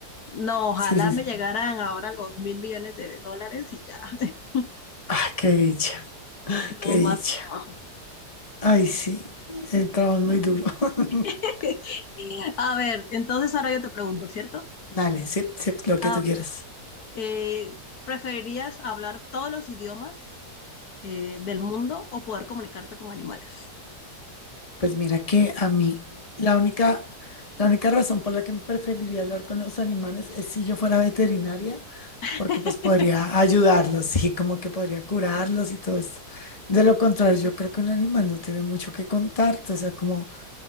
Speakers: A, on the left; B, on the left.
A: No, ojalá
B: Sí, sí,
A: me
B: sí.
A: llegaran ahora los mil millones de dólares y ya, <laughs>
B: Ay, qué dicha,
A: no
B: qué dicha.
A: más trabajo.
B: Ay, sí, el trabajo es muy duro. <laughs>
A: <laughs> A ver, entonces ahora yo te pregunto, ¿cierto?
B: Dale, sí, sí, lo que
A: A
B: tú quieras.
A: ver, eh, ¿preferirías hablar todos los idiomas eh, del mundo o poder comunicarte con animales?
B: Pues mira que a mí la única, la única razón por la que preferiría hablar con los animales es si yo fuera veterinaria,
A: <laughs>
B: porque pues podría ayudarlos y como que podría curarlos y todo eso. De lo contrario, yo creo que un animal no tiene mucho que contarte, o sea, como,